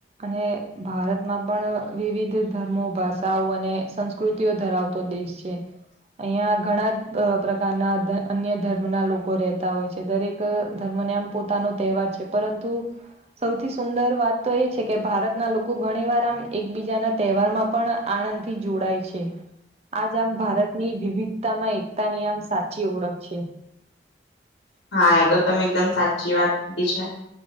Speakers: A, on the right; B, on the left.
A: અને ભારતમાં પણ વિવિધ ધર્મો ભાષાઓ અને સંસ્ પ્રકૃતિઓ ધરાવતો દેશ છે. અહિયાં ઘણા જ પ્રકારના અન્ય ધર્મના લોકો રહેતા હોય છે દરેક ધર્મને આમ પોતાનો તહેવાર છે પરંતુ સૌથી. સુંદર વાત તો એ છે કે ભારતના લોકો ઘણીવાર આમ એકબીજાના તહેવારમાં પણ આનંદથી જોડાય છે. આજ આમ ભારતની વિવિધતામાં એકતાની આમ સાચી ઓળખ છે.
B: હા એ તો તમે એકદમ સાચી વાત કીધી છે.